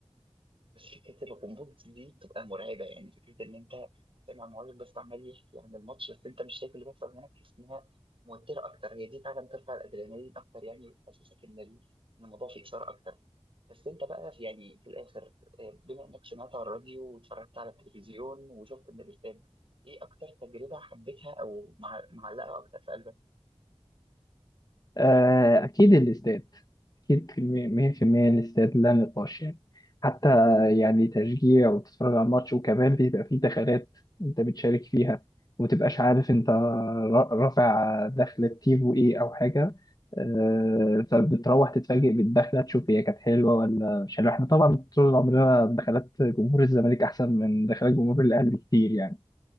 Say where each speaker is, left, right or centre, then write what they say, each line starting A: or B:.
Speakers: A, on the right; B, on the left.
A: بس فكره الغموض دي بتبقى مرعبه يعني فكره ان انت سامع معلق بس عمال يحكي عن الماتش بس انت مش شايف اللي بيحصل هناك تحس انها موتره اكتر هي دي فعلا ترفع الادرينالين اكتر يعني وتحسسك ان ال- إن الموضوع فيه اثاره اكتر بس انت بقى في يعني في الاخر آه، بما انك سمعت على الراديو واتفرجت على التلفزيون وشفت من الاستاد ايه اكتر تجربه حبيتها او مع- معلقه اكتر في قلبك
B: آه، أكيد الاستاد أكيد م- مية في المية الاستاد لا نقاش يعني حتى يعني تشجيع وتتفرج على الماتش وكمان بيبقى فيه دخلات أنت بتشارك فيها ومتبقاش عارف أنت را- رافع دخلة تيفو إيه أو حاجة آه، فبتروح تتفاجئ بالدخلة تشوف هي كانت حلوة ولا مش حلوة إحنا طبعا طول عمرنا دخلات جمهور الزمالك أحسن من دخلات جمهور الأهلي بكتير يعني